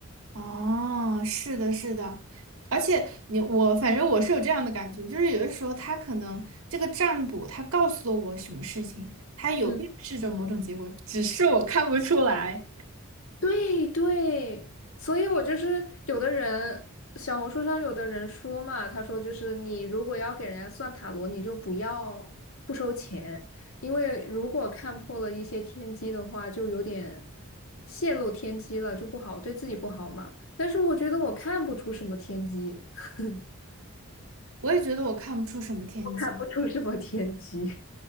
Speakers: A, on the right; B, on the left.
A: 哦，是的，是的，而且你我反正我是有这样的感觉，就是有的时候他可能这个占卜他告诉了我什么事情，他有预示着某种结果，
B: 嗯。
A: 只是我看不出来。
B: 对对，所以我就是有的人，小红书上有的人说嘛，他说就是你如果要给人家算塔罗，你就不要不收钱，因为如果看破了一些天机的话，就有点泄露天机了，就不好，对自己不好嘛。但是我觉得我看不出什么天机，<laughs>
A: 我也觉得我看不出什么天机，
B: 我看不出什么天机。